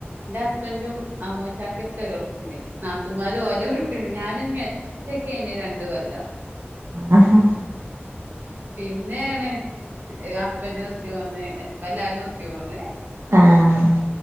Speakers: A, on the right; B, on the right.
A: ന്റെ ഹസ്ബൻറ്റും അമ്മോശാക്കിം ഒക്കെ ഗൾഫില്. നാത്തൂമാര് ഓലെവിട് ഞാനും ഇമ്മീമ ഒറ്റക്കെന് രണ്ട് കൊല്ലം.
B: ആ ഹ്ഉം
A: പിന്നേണ് ഹസ്ബൻഡ് നിർത്തി പോന്ന്, ഇപ്പ എല്ലാരും നിർത്തി പോന്ന്.
B: ആഹ്